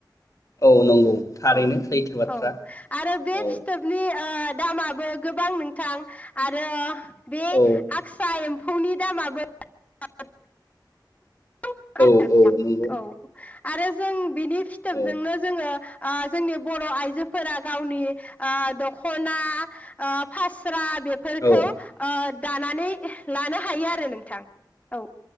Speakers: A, on the left; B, on the left.
A: औ नंगौ थारैनो
B: औ
A: सैथो बाथ्रा
B: औ आरो बे
A: औ
B: फिथोबनि ओ दामाबो गोबां नोंथां आरो बे
A: औ
B: आगसा एम्फ फौनि दामाबो ओ <unintelligible>
A: औ औ नंगौ
B: औ आरो जों बिनि फिथोबजोंनो
A: औ
B: जोङो ओ जोंनि बर' आइजोफोरा गावनि ओ दख'ना ओ फास्रा बेफोरखौ
A: औ
B: ओ दानानै लानो हायो आरो नोंथां औ